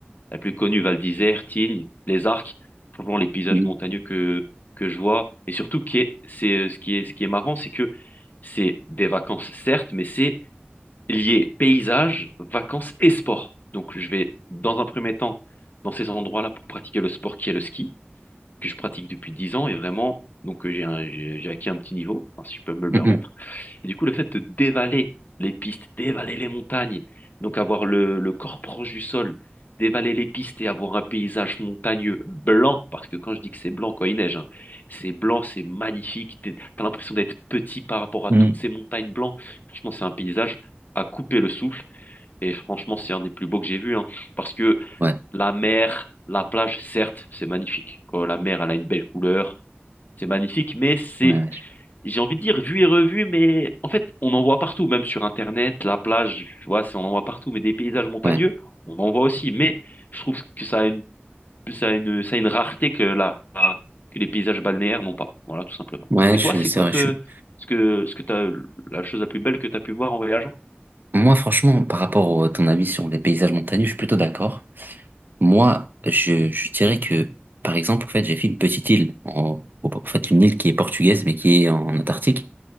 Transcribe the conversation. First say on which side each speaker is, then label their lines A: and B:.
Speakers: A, on the left; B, on the right.
A: La plus connue, Val d'Isère, Tignes, les Arcs, franchement les paysages
B: Mhm.
A: montagneux que, que je vois. Et surtout, qui est, c'est, euh, ce qui est, ce qui est marrant, c'est que c'est des vacances, certes, mais c'est lié paysage, vacances et sport. Donc je vais, dans un premier temps, dans ces endroits-là pour pratiquer le sport qui est le ski que je pratique depuis 10 ans et vraiment, donc euh, j'ai un- j'ai j'ai acquis un petit niveau, hein, si je peux me le
B: Mhm.
A: permettre. Et du coup, le fait de dévaler les pistes, dévaler les montagnes, donc avoir le, le corps proche du sol, dévaler les pistes et avoir un paysage montagneux blanc, parce que quand je dis que c'est blanc quand il neige, hein, c'est blanc, c'est magnifique, t'es- t'as l'impression d'être petit par rapport à
B: Mhm.
A: toutes ces montagnes blancs. Franchement, c'est un paysage à couper le souffle et franchement, c'est un des plus beaux que j'ai vu, hein, parce que
B: Ouais,
A: la mer, la plage, certes, c'est magnifique. Quand la mer, elle a une belle couleur, c'est magnifique, mais c'est,
B: ouais, ouais, je-
A: j'ai envie de dire, vu et revu, mais en fait, on en voit partout, même sur Internet, la plage, tu vois, c'est- on en voit partout, mais des paysages montagneux,
B: ouais,
A: on en voit aussi. Mais je trouve que ça a une, ça a une, ça a une rareté que la, que les paysages balnéaires n'ont pas. Voilà, tout simplement.
B: ouais.
A: Et
B: je-
A: toi, c'est
B: c'est
A: quoi
B: vrai.
A: te,
B: Je suis.
A: ce que, ce que t'as, la chose la plus belle que tu as pu voir en voyageant?
B: Moi, franchement, par rapport à ton avis sur les paysages montagneux, je suis plutôt d'accord. Moi, je, je dirais que, par exemple, en fait, j'ai fait une petite île, en, au- en fait, une île qui est portugaise mais qui est en Antarctique.